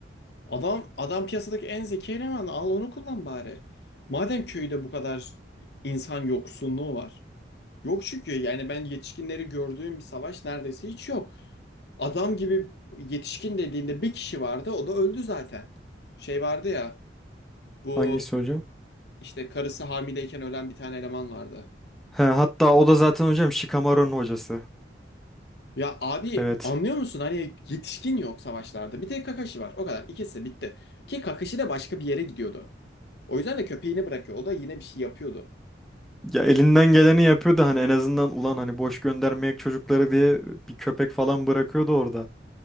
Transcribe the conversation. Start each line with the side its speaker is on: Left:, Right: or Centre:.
Left: Adam adam piyasadaki en zeki eleman. Al onu kullan bari. Madem köyde bu kadar insan yoksunluğu var. Yok çünkü yani ben yetişkinleri gördüğüm bir savaş neredeyse hiç yok. Adam gibi yetişkin dediğinde bir kişi vardı. O da öldü zaten. Şey vardı ya. Bu
Centre: Hangisi hocam?
Left: işte karısı hamileyken ölen bir tane eleman vardı.
Centre: He, hatta o da zaten hocam Shikamaru'nun hocası.
Left: Ya abi
Centre: Evet.
Left: anlıyor musun? Hani yetişkin yok savaşlarda. Bir tek Kakashi var. O kadar. İkisi bitti. Ki Kakashi de başka bir yere gidiyordu. O yüzden de köpeğini bırakıyor. O da yine bir şey yapıyordu.
Centre: Ya elinden geleni yapıyordu hani en azından ulan hani boş göndermeyek çocukları diye bir köpek falan bırakıyordu orada.